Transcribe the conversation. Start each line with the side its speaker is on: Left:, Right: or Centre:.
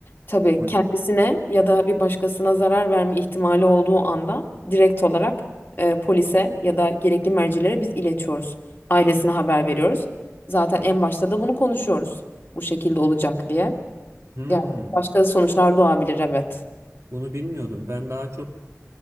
Left: tabii
Right: polis?
Left: kendisine ya da bir başkasına zarar verme ihtimali olduğu anda direkt olarak e, polise ya da gerekli mercilere biz iletiyoruz. Ailesine haber veriyoruz. Zaten en başta da bunu konuşuyoruz. Bu şekilde olacak diye.
Right: Hmm,
Left: Yani başka sonuçlar doğabilir evet.
Right: bunu bilmiyordum. Ben daha çok